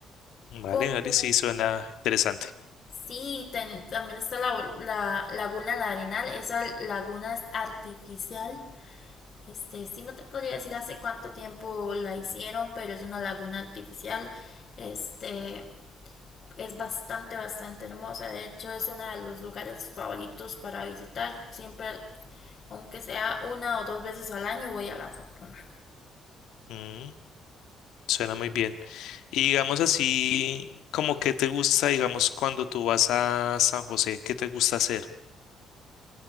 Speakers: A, on the left (about 85°); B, on the left (about 45°).
A: Vale,
B: Como
A: vale, sí, suena interesante.
B: sí, ten- también está la, la laguna La Arenal, esa laguna es artificial. Este, sí, no te podría decir hace cuánto tiempo la hicieron, pero es una laguna artificial. Este, es bastante, bastante hermosa. De hecho, es uno de los lugares favoritos para visitar. Siempre, aunque sea una o dos veces al año, voy a la fortuna.
A: Mm. Suena muy bien. Y digamos así, como que te gusta, digamos, cuando tú vas a San José, ¿qué te gusta hacer?